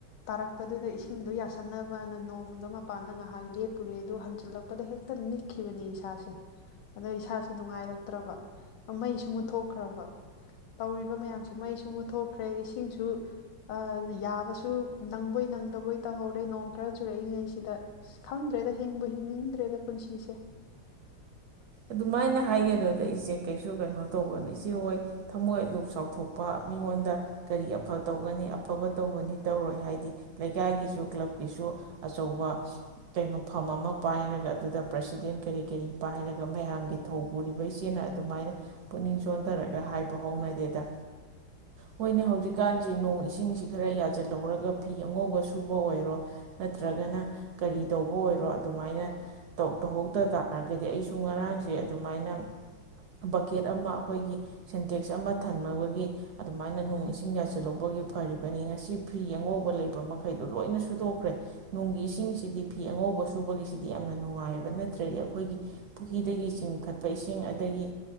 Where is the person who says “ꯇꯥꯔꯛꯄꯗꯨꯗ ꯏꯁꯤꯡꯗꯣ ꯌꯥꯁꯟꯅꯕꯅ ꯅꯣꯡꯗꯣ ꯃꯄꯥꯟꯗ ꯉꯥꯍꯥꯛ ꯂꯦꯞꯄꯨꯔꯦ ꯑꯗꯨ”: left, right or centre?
Left